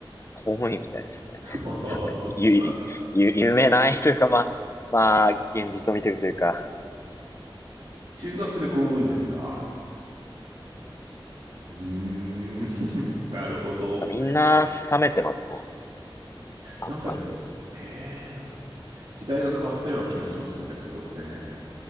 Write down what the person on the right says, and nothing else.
あは
はは <laughs>
中学で公務員ですかうーん。<laughs> なるほど。
なんか、ええだ、時代が変わったような気がしますよね、そこってね。